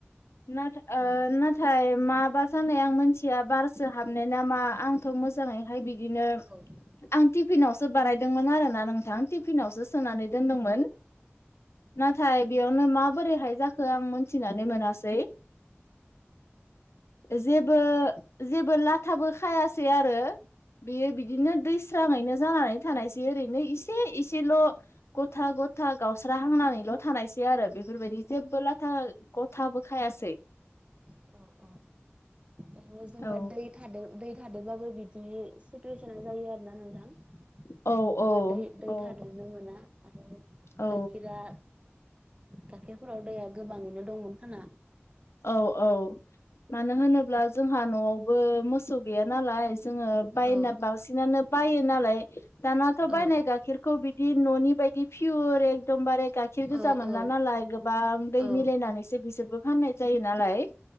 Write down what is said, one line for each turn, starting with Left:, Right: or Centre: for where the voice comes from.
Left: ना
Right: औ
Left: ना थाय माबा जानाय आं मिथिया बारसो हाबनाय नामा आंथ' मोजाङैहाय बिदिनो
Right: औ
Left: आं टिफिनावसो बानायदोंमोन आरो ना नोंथां टि फिनावसो सोनानै दोनदोंमोन नाथाय बेयावनो माबोरैहाय जा खो आं मिथिनानै मोननासै जेब बो जेबो ला थाबो खायासै आरो बेयो बिदिनो दैस्राङैनो जानानै थानायसै ओरैनो इसे एसेल' गथा गथा गावस्रा हांनानैल' थानायसै आरो बेफोरबायदि जेबबो लाथा गथाबो खाय आसै
Right: अ अ अराव संबाथाय
Left: औ
Right: <unintelligible> दै थादोंबाबो <unintelligible> दै थादबाबो बिदि सिथुवेसना जायो आरोोना नोंथां
Left: औ
Right: जेनेबा
Left: औ
Right: दै - दै
Left: औ
Right: थादेरनो मोना आरो
Left: औ
Right: गाइखेरा गाइखेरफोराव दैया गोबाङैनो दंमोन खाना
Left: औ औ मानो होनोब्ला जोंहा न'आवबो मोसौ गैया नालाय जोङो बायना
Right: औ
Left: बांसिनानो बायो नालाय दानाथ' बायनाय
Right: औ
Left: गाइखेर बिदि न'नि बायदि फियुर एकदमबार गाइखेर गोजा
Right: औ
Left: मोनला
Right: औ
Left: नालाय गोबां दै
Right: औ
Left: मिलायनानैसो बिसोरबो फाननाय जायो नालाय